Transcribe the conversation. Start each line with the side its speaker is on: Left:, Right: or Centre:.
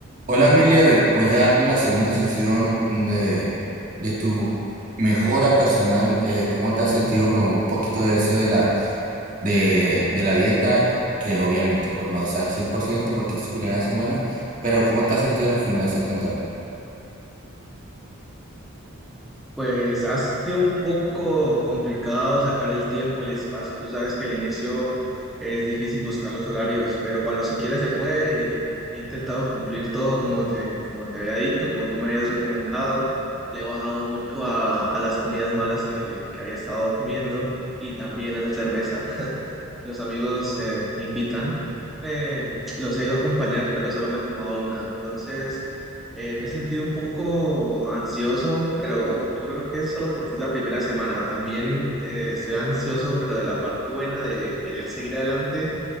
Right: Hola Miller, pues ya la segunda sesión de, de tu mejora personal, eh, ¿cómo te has sentido con un poquito de eso de la, de, de la dieta? Que obviamente pues no es al 100% porque es tu primera semana, pero ¿cómo te has sentido en el gimnasio? Cuéntame.
Centre: Pues ha sido un poco complicado sacar el tiempo, el espacio. Tú sabes que al inicio es difícil buscar los horarios, pero cuando se quiere se puede y he intentado cumplir todo como te, como te había dicho, como tú me habías recomendado. Le he bajado mucho a, a las comidas malas que, que había estado comiendo y también a esa cerveza. <laughs> Los amigos eh, invitan. Me, los he ido a acompañar, pero solo me he tomado una. Entonces... Eh, me he sentido un poco ansioso, pero yo creo que es solo porque es la primera semana. También eh, estoy ansioso, pero de la parte buena de querer seguir adelante